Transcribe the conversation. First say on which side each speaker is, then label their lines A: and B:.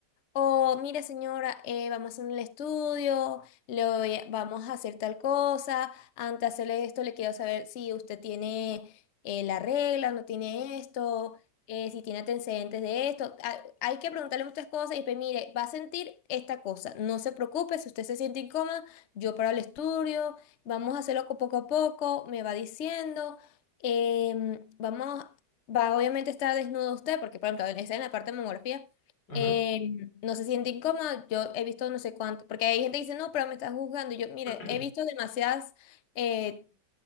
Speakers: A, on the left; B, on the left.
A: O, mire señora, eh, vamos a hacer un estudio, le voy a- vamos a hacer tal cosa. Antes de hacerle esto, le quiero saber si usted tiene eh, la regla, no tiene esto, eh, si tiene antecedentes de esto. Ah, hay que preguntarle muchas cosas y pues, mire, va a sentir esta cosa. No se preocupe, si usted se siente incómoda, yo paro el estudio, vamos a hacerlo co- poco a poco, me va diciendo. em, vamos, va, obviamente está desnudo usted, porque, por ejemplo, está en la parte de mamografía.
B: Ujú,
A: em,
B: ujú.
A: no se siente incómoda. Yo he visto no sé cuánto, porque hay gente que dice, no, pero me estás juzgando. Y yo, mire,
B: <clears throat>
A: he visto demasiadas eh,